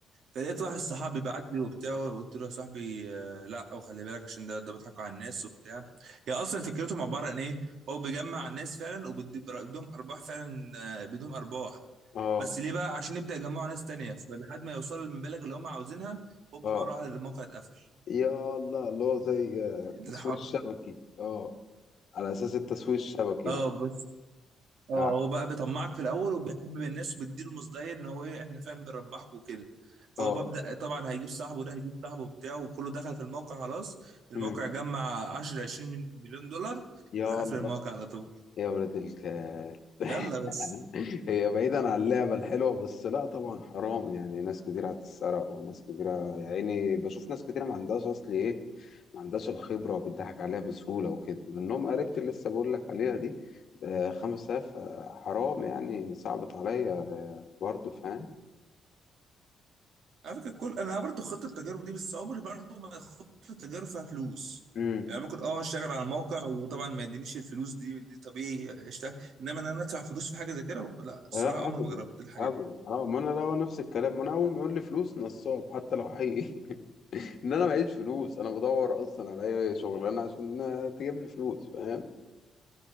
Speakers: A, on the right; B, on the left.
A: فلقيت واحد صاحبي بعت لي وبتاع قلت له يا صاحبي آه، لا وخلي بالك عشان ده ده بيضحكوا على الناس وبتاع هي اصلا فكرتهم عباره عن ايه هو بيجمع الناس فعلا وبيدهم ارباح فعلا آه، بيديهم ارباح
B: اه
A: بس ليه بقى عشان يبدا يجمعوا ناس تانية فلحد ما يوصلوا للمبالغ اللي هم عاوزينها هوب
B: اه
A: مره واحده الموقع اتقفل
B: يا الله اللي هو زي آه، التسويق
A: الحر
B: الشبكي اه على اساس التسويق الشبكي
A: اه
B: يعني
A: اه
B: اه
A: هو بقى بيطمعك في الاول وبيحبب الناس وبيديله مصداقيه ان هو ايه احنا فعلا بنربحكم وكده فهو
B: اه
A: ببدا طبعا هيجيب صاحبه ده هيجيب صاحبه بتاعه وكله دخل في الموقع خلاص الموقع
B: مم.
A: جمع 10 20 من- مليون دولار
B: يا
A: يروح قافل
B: الله
A: الموقع على طول
B: يا ولد الكلب <laughs>
A: يلا بس
B: هي بعيدا عن اللعبة الحلوة بس لا طبعا حرام يعني ناس كتير هتتسرق وناس كتير يا عيني بشوف ناس كتير ما عندهاش أصل إيه ما عندهاش الخبرة وبتضحك عليها بسهولة وكده منهم قريبتي اللي لسه بقول لك عليها دي آه، 5000 آه، حرام يعني صعبت عليا آه، برضه فاهم
A: على فكره كل انا برضه خطه التجارب دي بس عمري برضه ما خطه التجارب فيها فلوس
B: امم
A: يعني ممكن اه اشتغل على الموقع وطبعا ما يدينيش الفلوس دي دي طبيعي اشتغل انما ان انا ادفع فلوس في حاجه زي كده لا الصراحه
B: لا
A: عمري
B: أبدا
A: ما جربت الحاجه
B: أبدا
A: دي
B: أه ما أنا لا هو نفس الكلام ما أنا أول ما يقول لي فلوس نصاب حتى لو حقيقي <laughs> ان انا معيش فلوس انا بدور اصلا على اي شغلانه عشان تجيب لي فلوس فاهم